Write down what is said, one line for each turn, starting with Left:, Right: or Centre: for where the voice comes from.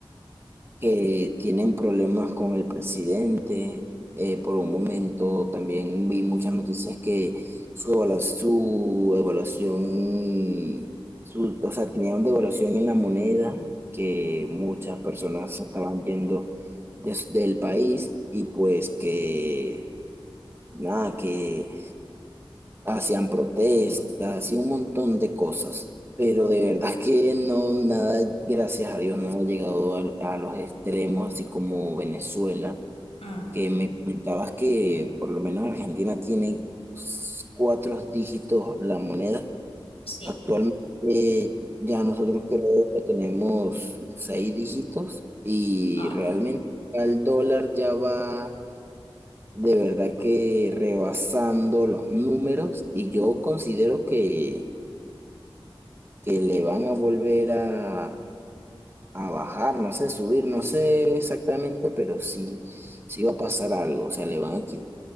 Right: que tienen problemas con el presidente. Eh, por un momento también vi muchas noticias que su, evalu- su evaluación, su, o sea, tenían devaluación en la moneda, que muchas personas se estaban yendo des- del país y pues que, nada, que hacían protestas y un montón de cosas, pero de verdad que no, nada, gracias a Dios, no ha llegado a, a los extremos, así como Venezuela,
Left: Mm,
Right: que me comentabas que por lo menos Argentina tiene cuatro dígitos la moneda.
Left: Sí,
Right: Actualmente eh, ya nosotros creo que tenemos seis dígitos y
Left: ajá.
Right: realmente el dólar ya va. De verdad que rebasando los números y yo considero que, que le van a volver a, a bajar, no sé, subir, no sé exactamente, pero sí, sí va a pasar algo, o sea, le van a quitar,